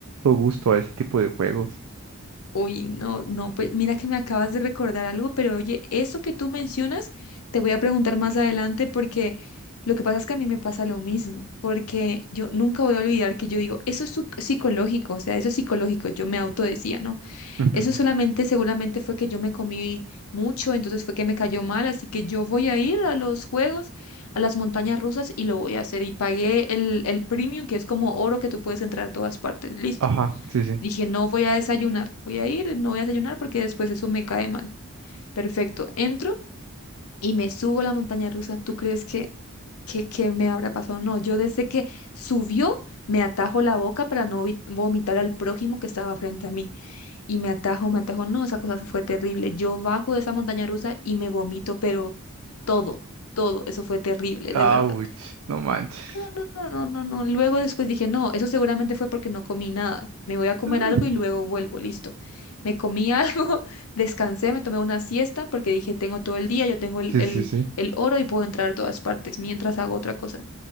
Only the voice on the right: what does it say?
gusto a ese tipo de juegos.
Ujú.
Ajá, sí, sí.
Ouch,
no manches.
<laughs>
Sí,
sí, sí.